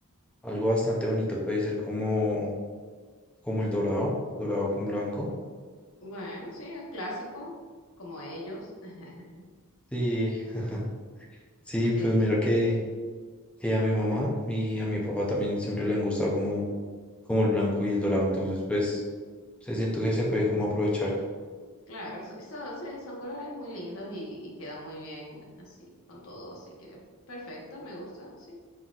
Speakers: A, in the centre; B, on the left.
A: algo bastante bonito puede ser como, como el dorado, dorado con blanco.
B: Bueno, sí, es clásico, como ellos. <laughs>
A: Sí, <laughs> sí, pues
B: Entonces,
A: mira que...
B: sí,
A: que a mi mamá y a mi papá también siempre le han gustado como, como el blanco y el dorado. Entonces, pues, se siento que se puede como aprovechar.
B: claro, so- so- sí, son colores muy lindos y, y quedan muy bien así, con todo. Así que perfecto, me gusta, sí.